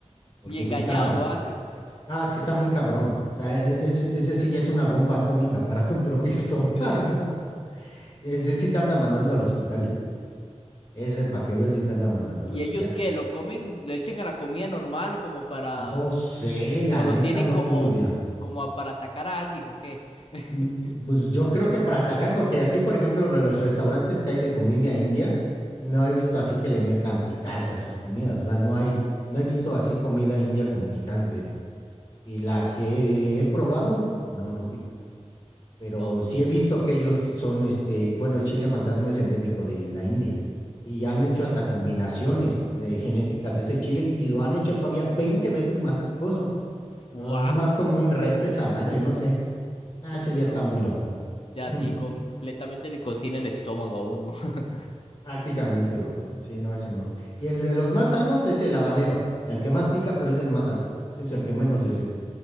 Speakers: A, on the left (about 30°); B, on the left (about 50°).
A: porque
B: Ni engañado
A: sí está...
B: lo haces.
A: No, es que está muy cabrón. O sea, e- es- ese sí ya es una bomba atómica para tu propio estómago.
B: <laughs>
A: <laughs> Ese sí te anda mandando al hospital, ¿eh? Ese para que veas sí te anda mandando
B: ¿Y
A: al hospital.
B: ellos qué? ¿Lo comen? ¿Le echan a la comida normal como para...
A: No sé, la
B: o lo
A: neta,
B: tienen
A: no
B: como,
A: tengo idea.
B: como a- para atacar a alguien o qué? <laughs>
A: Mm, Pues yo creo que para atacar, porque aquí, por ejemplo, lo de los restaurantes que hay de comida india, no he visto así que le metan picante a sus comidas. O sea, no hay, no he visto así comida india con picante. Y la que he probado, no, no, pic- pero
B: No, sí.
A: sí he visto que ellos son, este, bueno, el chile fantasma es endémico de la India y han hecho hasta combinaciones de genéticas de ese chile y, y lo han hecho todavía 20 veces más picoso,
B: Buah.
A: pero es más como un reto esa madre, no sé. Ah,
B: No,
A: ese
B: pero...
A: ya está muy loco.
B: Ya
A: Mm,
B: sí, completamente le cocina el estómago a uno. <laughs>
A: prácticamente, bro. Sí, no, ese no. Y el de los más sanos es el habanero, el que más pica, pero es el más sano. Ese es el que menos irrita.